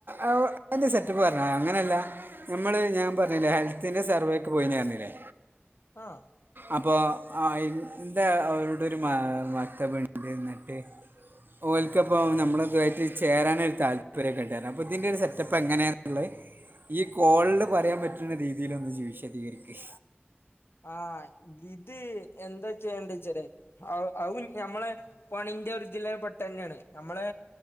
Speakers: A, on the right; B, on the left.
A: അയിന്റെ സെറ്റപ്പ് പറഞ്ഞ അങ്ങനെയല്ല. നമ്മള് ഞാൻ പറഞ്ഞില്ലേ ഹെൽത്തിന്റെ സർവേക്ക് പോയിന്ന് പറഞ്ഞില്ലേ.
B: ആഹ
A: അപ്പൊ അയിന്റെ അവരുടെ ഒരു <unintelligible> ഓൽക്ക ഇപ്പോ നമ്മളാതായിട്ട് ചേരാനൊരു താല് ഒരു ഗണപതിന്റെര് സെറ്റപ്പ്ങ്ങനെണുള്ളെ. ഈ കോളില് ‌ പറയാൻ പറ്റുന്ന രീതിയിൽ ഒന്ന് ഇജ് വീശദികരിക്ക്.
B: ആഹ് ഇത് എന്താ ചെയ്യണ്ട്ച്ചാലെ ആ, ആ ഒര് ഞമ്മളെ പണിന്റെ ഒരുതിലെ പെട്ടന്നെണ് നമ്മള്